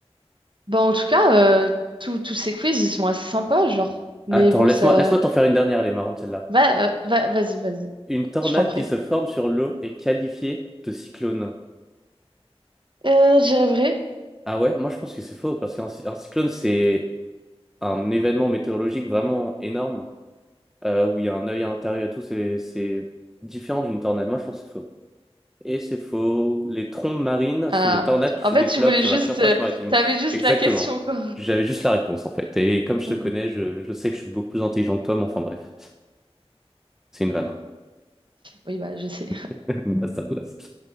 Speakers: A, on the right; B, in the centre.
A: Bah, en tout cas, euh, tous tous ces quiz, ils sont assez sympas, genre. Mais
B: Attends,
A: bon,
B: laisse-moi,
A: ça.
B: laisse-moi t'en faire une dernière, elle est marrante celle-là.
A: Va, euh, va- vas-y, vas-y.
B: Une tornade
A: Je t'en prie.
B: qui se forme sur l'eau est qualifiée de cyclone.
A: Euh, je dirais vrai.
B: Ah ouais, moi je pense que c'est faux, parce qu'un cy- un cyclone c'est un événement météorologique vraiment énorme, euh, où il y a un œil à l'intérieur et tout, c'est c'est différent d'une tornade. Moi je pense que c'est faux. Et c'est faux. Les trombes marines
A: Ah.
B: sont des tornades qui
A: En
B: se
A: fait,
B: développent
A: tu voulais
B: sur
A: juste.
B: la surface
A: euh,
B: maritime.
A: T'avais juste
B: Exactement.
A: la question, quoi.
B: J'avais juste la réponse en fait. Et comme je
A: <laughs>
B: te connais, je, je sais que je suis beaucoup plus intelligent que toi, mais enfin bref, c'est une vanne. hein.
A: Oui, bah, je sais.
B: <laughs> Basta, basta.